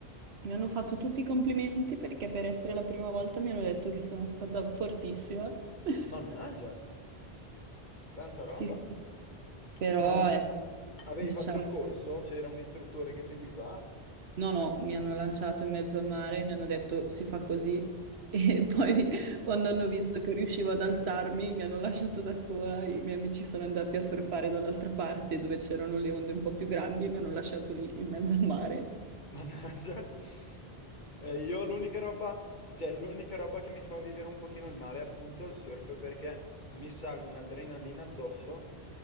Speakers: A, on the right; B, on the left.
A: mi hanno fatto tutti i complimenti perché per essere la prima volta mi hanno detto che sono stata fortissima. <laughs>
B: Mannaggia, tanta roba.
A: Sì, sì, però
B: Ma
A: ecco,
B: avevi
A: diciamo,
B: fatto il corso? C'era un istruttore che seguiva?
A: no, no, mi hanno lanciato in mezzo al mare, mi hanno detto si fa così e <laughs> poi quando hanno visto che riuscivo ad alzarmi mi hanno lasciato da sola, i miei amici sono andati a surfare dall'altra parte dove c'erano le onde un po' più grandi e mi hanno lasciato lì in mezzo al mare.
B: Mannaggia. Eh, io l'unica roba, cioè l'unica roba che mi fa vivere un pochino il mare è appunto il surf perché mi sale un'adrenalina addosso